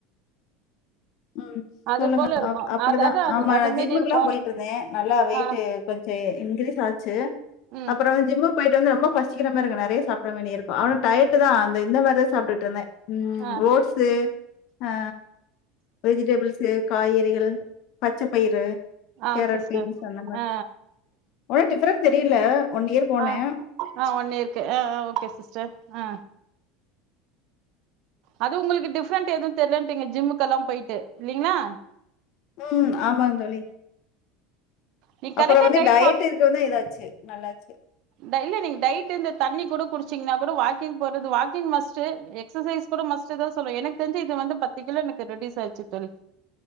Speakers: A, on the left; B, on the right.
A: ம்
B: அது
A: சொல்லுங்க
B: போல இருக்கு
A: அப்டிதா
B: அது அதா அது
A: ஆமா
B: அது
A: நா
B: மாரி
A: ஜிம்முக்குலா
B: இருக்கு
A: போய்டுருந்தே நல்லா வெயிட்
B: ஆ
A: கொஞ்ச இன்கிரீஸ் ஆச்சு
B: ம்
A: அப்றோ ஜிம்முக்கு போய்ட்டு வந்து ரொம்ப பசிக்கிற மாரி இரு நெறய சாப்ற மாரி இருக்கு ஆனா டயட் கரட்டு தா அந்த இந்த மாரிதா சாப்டுட்டு இருந்தே உம்
B: ஆ
A: ஓட்ஸு ஆ வெஜிடபிள்சு காய்கறிகள் பச்ச பயிறு
B: ஆ
A: கேரட்,
B: சிஸ்டர்
A: பீன்ஸ் அந்த மாரி.
B: ஆ
A: ஒன்னும் டிஃபரன்ஸ் தெரியல. ஒன் இயர் போனேன்.
B: ஆ ஆ ஒன்னியர்க்கு ஆ ஆ ஓகே சிஸ்டர் ஆ அது உங்களுக்கு டிஃப்ரெண்ட் எதுவு தெரியலட்டீங்க ஜிம்முக்கெல்லா போய்ட்டு இல்லைங்களா
A: ம் ஆமாங் தோழி
B: நீ கரெக்டா
A: அப்புற வந்து
B: டயட்
A: டயட்டு இருக்கிறதுதா ஏதாச்சு நல்லா ச
B: டெய்லரிங் டைட் இந்த தண்ணி கூட குடிச்சீங்கன்னா கூட வாக்கிங் போறது வாக்கிங் மஸ்ட் எக்ஸசைஸ் கூட மஸ்ட் தா சொல்ல எனக்கு தெரிஞ்சு இது வந்து பத்து கிலோ எனக்கு ரெடியூஸ் ஆச்சு தோழி